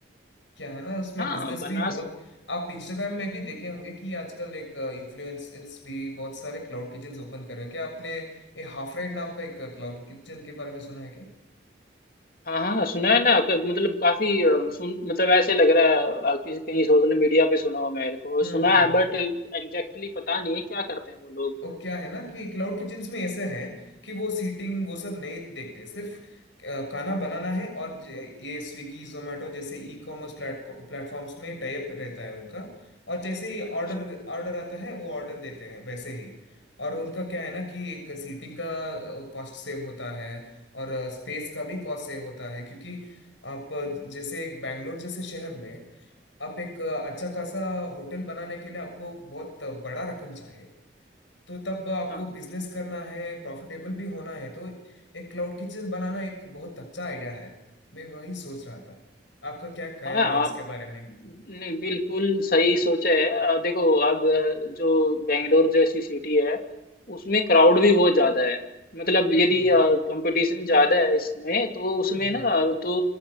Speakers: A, on the left (about 80°); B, on the left (about 50°).
A: क्या है ना उसमें
B: हाँ
A: बिजनेस
B: बना
A: भी बहुत आप इंस्टाग्राम में भी देखे होंगे कि आजकल एक इन्फ्लुएंसर्स भी बहुत सारे क्लाउड किचन ओपन कर रहे हैं क्या आपने ये हाफ रेड नाम का एक क्लाउड किचन के बारे में सुना है क्या
B: हाँ हाँ सुना है ना क- मतलब काफी अ, सुन मतलब ऐसे लग रहा है अ, किसी कहीं सोशल मीडिया पे सुना हो मेरे को
A: हम्म
B: सुना
A: हम्म
B: है
A: हम्म
B: बट एग्जैक्टली पता नहीं है क्या करते हैं वो लोग
A: वो क्या है ना कि क्लाउड किचन्स में ऐसा है कि वो सीटिंग वो सब नहीं देखते सिर्फ अ, खाना बनाना है और ज- ये स्विगी जोमेटो जैसे ई कॉमर्स प्लेट प्लेटफॉर्म्स में टाई अप रहता है उनका और जैसे ही
B: अच्छा
A: ऑर्डर ऑर्डर आता है वो ऑर्डर देते हैं वैसे ही और उनका क्या है ना कि एक सीटिंग का कॉस्ट सेव होता है और स्पेस का भी कॉस्ट सेव होता है क्योंकि आप अ, जैसे एक बैंगलोर जैसे शहर में आप एक अ, अच्छा खासा होटल बनाने के लिए आपको बहुत बड़ा रकम चाहिए तो तब आपको
B: हाँ
A: बिजनेस करना है प्रॉफिटेबल भी होना है तो एक क्लाउड किचन बनाना एक बहुत अच्छा आइडिया है मैं वही सोच रहा था आपका क्या ख्याल
B: हाँ
A: है इसके
B: आप
A: बारे में
B: नहीं बिल्कुल सही सोचा है अ, देखो अब अ, जो बेंगलोर जैसी सिटी है उसमें क्राउड भी बहुत ज्यादा है मतलब यदि
A: हम्म
B: कंपटीशन ज्यादा है इसमें तो उसमें
A: हम्म हम्म
B: ना तो